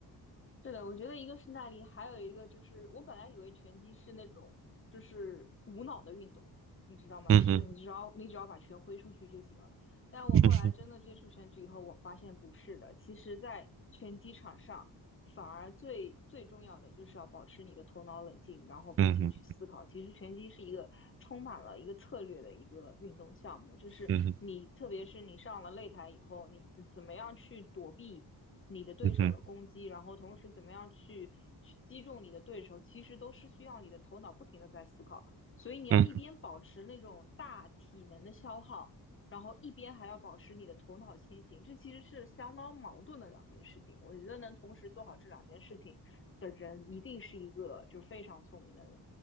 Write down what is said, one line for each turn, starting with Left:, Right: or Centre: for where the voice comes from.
Left: 是的，我觉得一个是耐力，还有一个就是我本来以为拳击是那种就是无脑的运动，你知道吗？
Right: 嗯哼，
Left: 就是你只要你只要把拳挥出去就行了。但我后来真的接触拳击以后，
Right: 嗯哼，
Left: 我发现不是的。其实，在拳击场上，反而最最重要的就是要保持你的头脑冷静，然后并且去思考。
Right: 嗯哼，
Left: 其实拳击是一个充满了一个策略的一个运动项目，就是你特别是你上了擂台以后，
Right: 嗯哼，
Left: 你怎怎么样去躲避。你的对手的攻击，
Right: 嗯哼，
Left: 然后同时怎么样去去击中你的对手，其实都是需要你的头脑不停的在思考。所以你要一边保持那种大体能的消耗，
Right: 嗯哼。
Left: 然后一边还要保持你的头脑清醒，这其实是相当矛盾的两件事情。我觉得能同时做好这两件事情的人，一定是一个就是非常聪明的人。